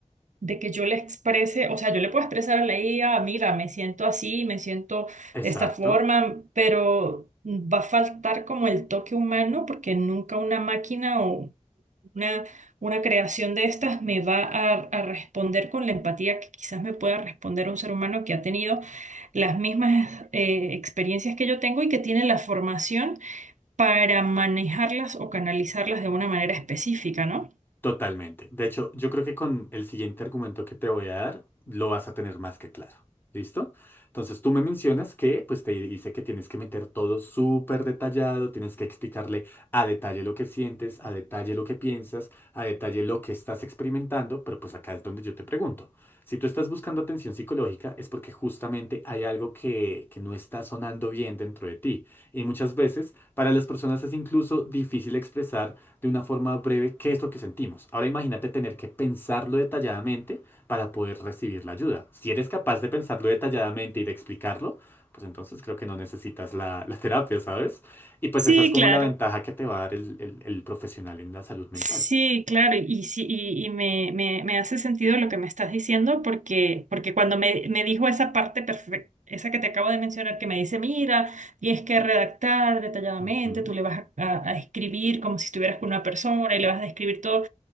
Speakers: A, on the right; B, on the left.
A: de que yo le exprese, o sea, yo le puedo expresar a la IA, mira, me siento así, me siento
B: Exacto.
A: de esta forma, pero va a faltar como el toque humano porque nunca una máquina o una, una creación de estas me va a, a responder con la empatía que quizás me pueda responder un ser humano que ha tenido las mismas eh, experiencias que yo tengo y que tiene la formación para manejarlas o canalizarlas de una manera específica, ¿no?
B: Totalmente. De hecho, yo creo que con el siguiente argumento que te voy a dar, lo vas a tener más que claro. ¿Listo? Entonces tú me mencionas que pues te dice que tienes que meter todo súper detallado, tienes que explicarle a detalle lo que sientes, a detalle lo que piensas, a detalle lo que estás experimentando, pero pues acá es donde yo te pregunto. Si tú estás buscando atención psicológica es porque justamente hay algo que, que no está sonando bien dentro de ti. Y muchas veces para las personas es incluso difícil expresar de una forma breve qué es lo que sentimos. Ahora imagínate tener que pensarlo detalladamente para poder recibir la ayuda. Si eres capaz de pensarlo detalladamente y de explicarlo, pues entonces creo que no necesitas la, la <laughs> terapia, ¿sabes? Y pues
A: Sí,
B: esa es como
A: claro.
B: la ventaja que te va a dar el, el- el profesional en la salud mental.
A: Sí, claro, y sí, y, y me, me, me hace sentido lo que me estás diciendo, porque, porque cuando me, me dijo esa parte perfecta, esa que te acabo de mencionar, que me dice, mira, tienes que redactar detalladamente,
B: Ujú.
A: tú le vas a, a- a escribir como si estuvieras con una persona y le vas a describir todo.